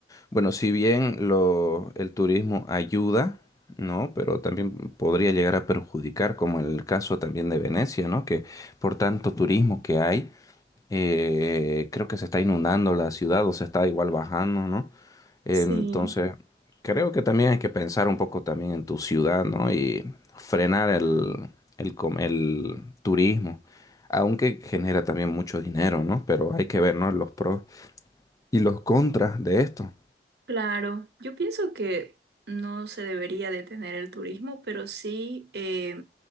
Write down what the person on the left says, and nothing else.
Bueno, si bien lo, el turismo ayuda, ¿no? Pero también podría llegar a perjudicar, como en el caso también de Venecia, ¿no? Que por tanto turismo que hay, eh, creo que se está inundando la ciudad o se está igual bajando, ¿no? Entonces,
creo que también hay que pensar un poco también en tu ciudad, ¿no? Y frenar el, el, com- el turismo, aunque genera también mucho dinero, ¿no? Pero hay que ver, ¿no? Los pros y los contras de esto.